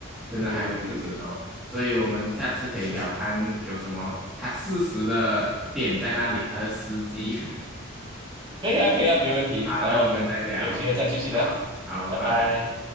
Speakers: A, in the centre; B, on the right.
A: 真的还嗯不是时候，
B: 对对对对对，
A: 所以我们下次可以聊看有什么他适时的点在那里，
B: 是是，
A: 他的时机。
B: 可以啊可以啊，没问题。
A: <laughs> 好，
B: 然后我们有机会再继续聊，
A: 那我们再聊。好，好，拜拜。
B: 拜拜。